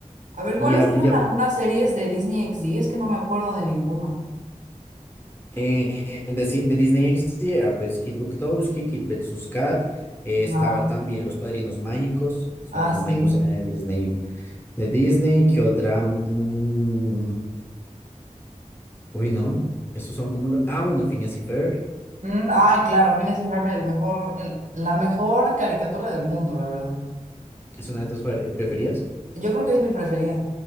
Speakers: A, on the right; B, on the left.
A: A ver,
B: y
A: ¿cuáles
B: ya,
A: eran
B: ya
A: algunas series de Disney XD? Es que no me acuerdo de ninguna.
B: eh, de, Ci- de Disney XD era pues Kit Butowski, Kit vs. Kat. eh,
A: Ajá.
B: estaba también Los Padrinos Mágicos. Los
A: Ah,
B: Padrinos
A: sí.
B: Mágicos era de Disney. De Disney, ¿qué otra? Mm, Uy, no. Esos son como los. Ah, bueno, Phineas y Ferb.
A: Mm, ah, claro, Phineas y Ferb, el mejor, el, la mejor caricatura del mundo, la verdad.
B: ¿Es una de tus fer- preferidas?
A: Yo creo que es mi preferida.